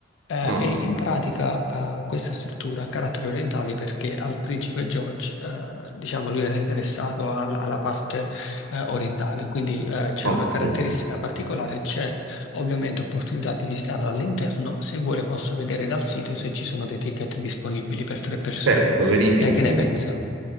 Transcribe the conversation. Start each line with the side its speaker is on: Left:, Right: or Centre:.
Left: Eh,
Right: Ah,
Left: e in pratica eh, questa struttura ha carattere orientale perché al principe George, eh, diciamo, lui era interessato al- alla parte eh, orientale, quindi eh, c'è
Right: ottimo.
Left: una caratteristica particolare, c'è Ovviamente ho opportunità di visitarlo all'interno, se vuole posso vedere dal sito se ci sono dei ticket disponibili per tre persone.
Right: Certo, verifichi
Left: Lei che
Right: pure.
Left: ne pensa?